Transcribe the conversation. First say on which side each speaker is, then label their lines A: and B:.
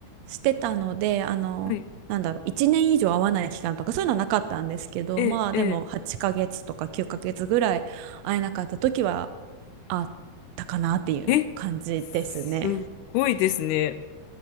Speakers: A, on the right; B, on the left.
A: してたので、あの、
B: はい。
A: なんだろう、1年以上会わない期間とかそういうのはなかったんですけど、
B: え、
A: まあでも8ヶ月とか9ヶ月ぐらい会えなかった時は
B: え、
A: あったかなっていうの感じですね。
B: え、すっごいですね。